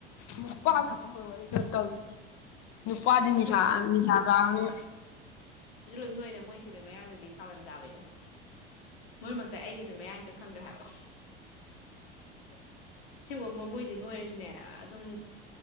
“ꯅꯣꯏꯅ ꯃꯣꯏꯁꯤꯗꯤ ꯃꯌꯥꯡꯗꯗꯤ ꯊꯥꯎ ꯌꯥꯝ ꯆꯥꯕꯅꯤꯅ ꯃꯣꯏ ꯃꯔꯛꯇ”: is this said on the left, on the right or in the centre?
Left